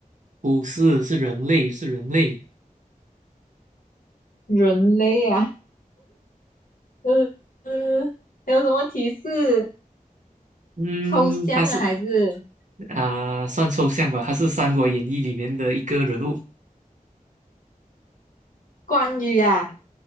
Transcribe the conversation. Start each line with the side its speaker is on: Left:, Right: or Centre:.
Right: 不是，是人类，是人类。
Left: 人类啊，嗯嗯，还有什么提示？
Right: 嗯，
Left: 抽象啊，
Right: 他是。
Left: 还是
Right: 啊、算抽象吧，他是《三国演义》里面的一个人物，
Left: 关于啊？